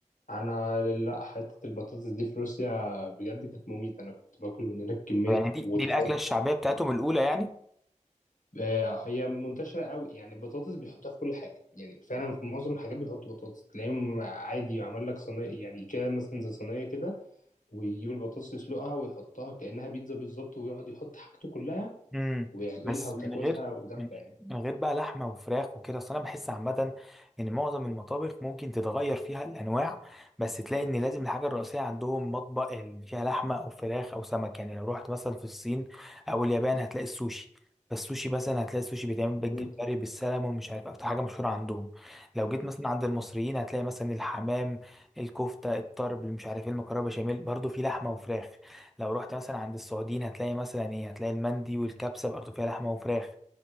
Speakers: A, on the left (about 85°); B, in the centre.
A: انا لا حته البطاطس دي في روسيا بجد كانت مميته انا كنت باكل من هناك كميه
B: يعني دي
A: وت-
B: دي الأكلة الشعبية بتاعتهم الأولى يعني
A: آه، هي منتشره قوي يعني البطاطس بيحطوها في كل حاجه يعني فعلا في معظم الحاجات بيحطوا بطاطس تلاقيهم عادي عمل لك صينيه يعني كده مثلا زي صينيه كده ويجيب البطاطس يسلقها ويحطها كانها بيتزا بالظبط ويقعد يحط حاجته كلها
B: امم
A: ويعملها
B: بس
A: وتاكلها
B: من غير
A: وجامده
B: من
A: يعني
B: من غير بقى لحمه وفراخ وكده اصل انا بحس عامه ان معظم المطابخ ممكن تتغير فيها الانواع بس تلاقي ان لازم الحاجه الرئيسيه عندهم مطبخ اللي فيها لحمه او فراخ او سمك يعني لو رحت مثلا في الصين او اليابان هتلاقي السوشي فالسوشي مثلا هتلاقي السوشي بيتعمل
A: مم.
B: بالجمبري بالسلمون مش عارف اكتر حاجه مشهوره عندهم لو جيت مثلا عند المصريين هتلاقي مثلا الحمام الكفته الطرب اللي مش عارف ايه المكرونه بشاميل برضه في لحمه وفراخ لو رحت مثلا عند السعوديين هتلاقي مثلا ايه هتلاقي المندي والكبسه برضه فيها لحمه وفراخ